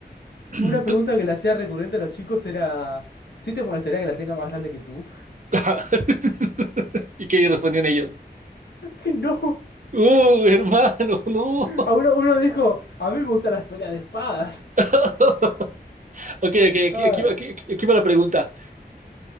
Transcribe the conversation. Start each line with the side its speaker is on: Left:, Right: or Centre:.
Right: <clears throat>
Left: Una pregunta
Right: Tú-
Left: que le hacía recurrente a los chicos era, ¿sí te molestaría que la tenga más grande que tú?
Right: <laughs> ¿Y qué respondían ellos?
Left: <laughs> Que no.
Right: Uh, hermano, no.
Left: A uno, uno dijo, a mí me gustan las peleas de espadas.
Right: <laughs> Ok,
Left: <laughs>
Right: ok, aquí,
Left: Ay,
Right: aquí, va- aquí, aquí- aquí va la pregunta.